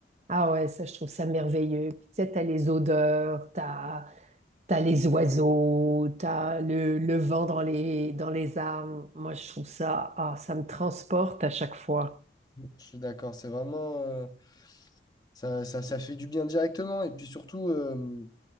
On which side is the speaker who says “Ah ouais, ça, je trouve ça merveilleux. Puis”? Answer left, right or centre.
Right